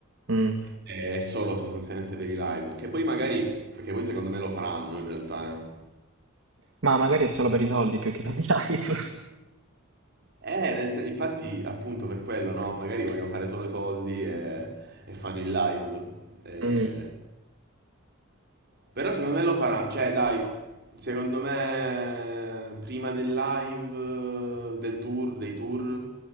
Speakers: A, on the right (about 65°); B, on the right (about 50°).
A: Mh.
B: è solo sostanzialmente per i live. Che poi magari, perché poi secondo me lo faranno in realtà, eh.
A: Ma magari
B: Sì.
A: è solo per i soldi più che per i live.
B: Eh, nel sen- infatti appunto per quello, no? Magari vogliono fare solo i soldi e, e fanno il live. Eh,
A: <laughs>
B: Però secondo me lo farà, cioè dai, secondo me prima del live, eh, del tour, dei tour